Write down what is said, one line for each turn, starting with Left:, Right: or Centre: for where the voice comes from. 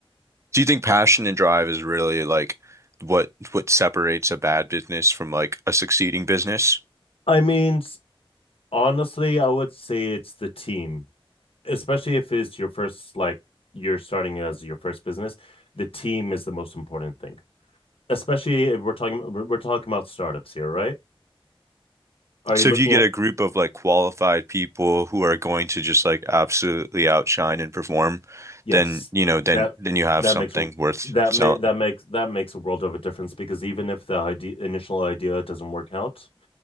Right: Do you think passion and drive is really like what what separates a bad business from like a succeeding business?
Left: I mean, honestly, I would say it's the team, especially if it's your first like you're starting as your first business. The team is the most important thing especially if we're talking we're talking about startups here, right? Are
Right: So
Left: you looking
Right: if you get
Left: at
Right: a group of like qualified people who are going to just like absolutely outshine and perform,
Left: yes,
Right: then you know, then
Left: that
Right: then you have
Left: that
Right: something
Left: makes a-
Right: worth
Left: that
Right: selling.
Left: may that makes that makes a world of a difference because even if the idea, initial idea doesn't work out,